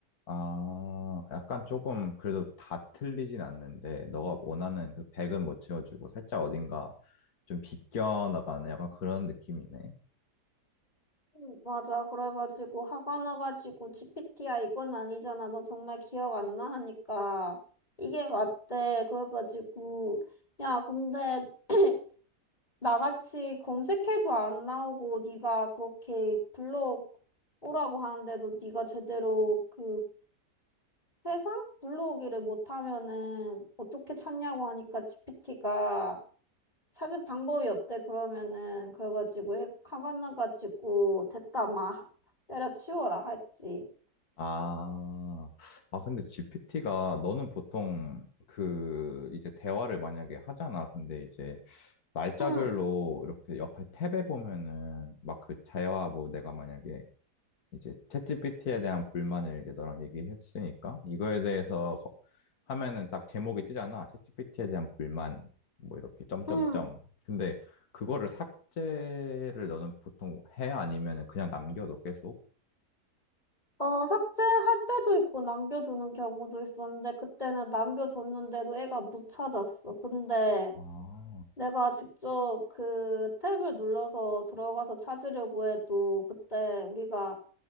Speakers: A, on the left; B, on the left.
A: 아, 약간 조금 그래도 다 틀리진 않는데, 너가 원하는 그 100은 못 채워주고, 살짝 어딘가 좀 비껴나가는 약간 그런 느낌이네.
B: 음, 맞아. 그래가지고 화가 나가지고 GPT야 이건 아니잖아. 너 정말 기억 안 나? 하니까 이게 맞대. 그래가지고 야 근데 <clears throat> 나같이 검색해도 안 나오고 네가 그렇게 블로그 오라고 하는데도 네가 제대로 그 세상 블로그를 못하면은 어떻게 찾냐고 하니까 GPT가 찾을 방법이 없대 그러면은 그래가지고 해- 화가 나가지고 됐다 막 때려치워라 했지.
A: 아, 아, 근데 GPT가 너는 보통 그 이제 대화를 만약에 하잖아. 근데 이제 날짜별로
B: 응,
A: 이렇게 옆에 탭에 보면은 막 그 대화 뭐 내가 만약에 이제 챗GPT에 대한 불만을 이제 너랑 얘기했으니까 이거에 대해서 거- 하면은 딱 제목이 뜨잖아. 챗GPT에 대한 불만 뭐 이렇게 점점점.
B: 응.
A: 근데 그거를 삭제를 너는 보통 해? 아니면은 그냥 남겨도 계속?
B: 어, 삭제할 때도 있고 남겨두는 경우도 있었는데 그때는 남겨뒀는데도 애가 못 찾았어. 근데
A: 아,
B: 내가 직접 그 탭을 눌러서 들어가서 찾으려고 해도 그때 우리가